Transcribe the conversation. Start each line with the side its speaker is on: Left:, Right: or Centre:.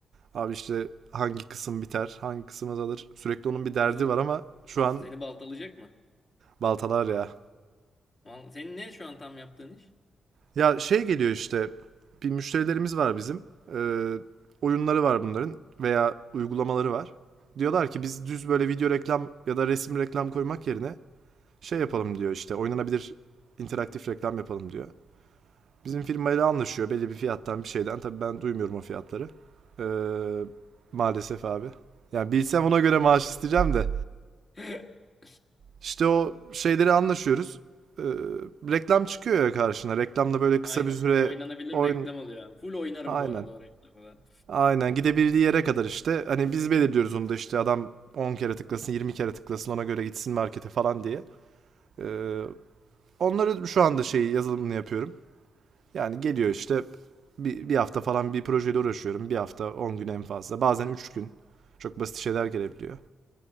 Right: Abi işte hangi kısım biter, hangi kısım azalır. Sürekli onun bir derdi
Left: Sizi,
Right: var ama şu an
Left: seni baltalayacak mı?
Right: baltalar ya.
Left: Val- Senin ne şu an tam yaptığın iş?
Right: Ya şey geliyor işte bir müşterilerimiz var bizim. Ee, oyunları var bunların veya uygulamaları var. Diyorlar ki biz düz böyle video reklam ya da resim reklam koymak yerine şey yapalım diyor işte oynanabilir interaktif reklam yapalım diyor. Bizim firmayla anlaşıyor belli bir fiyattan bir şeyden. Tabii ben duymuyorum o fiyatları. Ee, maalesef abi. Yani bilsem ona göre maaş isteyeceğim de.
Left: <laughs>
Right: İşte o şeyleri anlaşıyoruz. Ee, reklam çıkıyor ya karşına. Reklamda böyle kısa
Left: Aynen.
Right: bir süre
Left: Oynanabilir
Right: oyun...
Left: reklam oluyor. yani. Full oynarım
Right: Aynen.
Left: bu arada o reklamı da.
Right: Aynen gidebildiği yere kadar işte. Hani biz belirliyoruz onu da işte adam 10 kere tıklasın 20 kere tıklasın ona göre gitsin markete falan diye. Ee, onları şu anda şey yazılımını yapıyorum. Yani geliyor işte bir, bir hafta falan bir projeyle uğraşıyorum. Bir hafta 10 gün en fazla. Bazen 3 gün. Çok basit şeyler gelebiliyor.